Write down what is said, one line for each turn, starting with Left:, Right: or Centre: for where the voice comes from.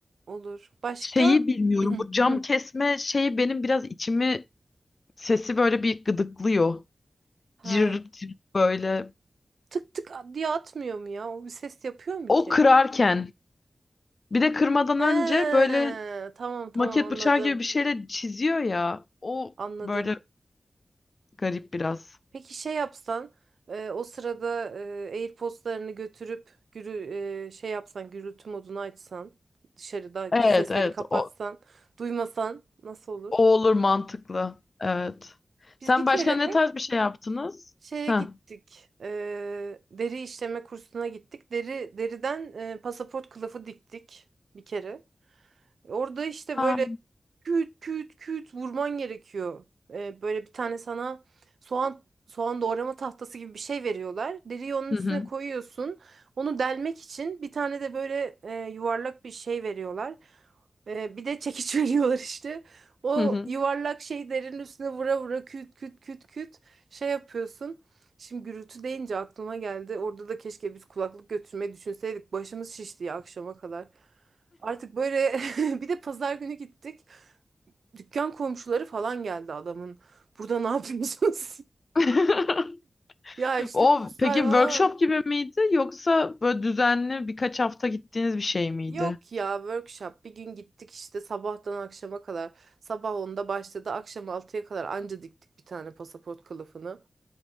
Right: Olur. Başka?
Left: Şeyi bilmiyorum
Right: <clears throat>
Left: bu cam
Right: Hı.
Left: kesme şeyi benim biraz içimi sesi böyle bir gıdıklıyor.
Right: Ha.
Left: Cırt cırt böyle.
Right: Tık tık diye atmıyor mu ya? O bir ses yapıyor mu
Left: O
Right: ki?
Left: kırarken bir de kırmadan
Right: He,
Left: önce böyle
Right: tamam tamam
Left: maket
Right: anladım.
Left: bıçağı gibi bir şeyle çiziyor ya. O
Right: Anladım.
Left: böyle garip biraz.
Right: Peki şey yapsan e, o sırada e, AirPods'larını götürüp gürü, e, şey yapsan gürültü modunu açsan dışarıdaki
Left: Evet
Right: sesleri
Left: evet
Right: kapatsan
Left: o
Right: duymasan nasıl olur?
Left: O olur mantıklı. Evet. Sen
Right: Biz bir kere
Left: başka ne tarz bir şey yaptınız?
Right: şeye
Left: Ha.
Right: gittik e, deri işleme kursuna gittik deri deriden e, pasaport kılıfı diktik bir kere. Orada işte
Left: Ha.
Right: böyle küt küt küt vurman gerekiyor. Ee, böyle bir tane sana soğan soğan doğrama tahtası gibi bir şey veriyorlar. Deriyi onun
Left: Hı
Right: üstüne
Left: hı.
Right: koyuyorsun. Onu delmek için bir tane de böyle e, yuvarlak bir şey veriyorlar. Ee, bir de çekiç <laughs> veriyorlar işte. O
Left: Hı hı.
Right: yuvarlak şey derinin üstüne vura vura küt küt küt küt şey yapıyorsun. Şimdi gürültü deyince aklıma geldi. Orada da keşke biz kulaklık götürmeyi düşünseydik. Başımız şişti ya akşama kadar. Artık böyle <laughs> bir de pazar günü gittik. Dükkan komşuları falan geldi adamın. Burada ne yapıyorsunuz? <laughs>
Left: <laughs>
Right: Ya işte
Left: O
Right: kurslar
Left: peki
Right: falan.
Left: workshop gibi miydi yoksa böyle düzenli birkaç hafta gittiğiniz bir şey miydi?
Right: Yok ya workshop. Bir gün gittik işte sabahtan akşama kadar. Sabah onda başladı. Akşam altıya kadar anca diktik bir tane pasaport kılıfını.